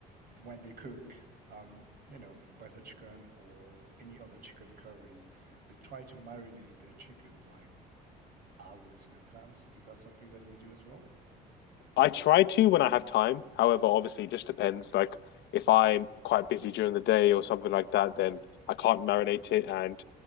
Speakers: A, on the right; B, on the left.
A: when they cook, um, you know, butter chicken or any other chicken curries, they try to marinate their chicken like hours in advance. Is that something that you do as well?
B: I try to when I have time. However, obviously, it just depends. Like, if I'm quite busy during the day or something like that, then I can't marinate it, and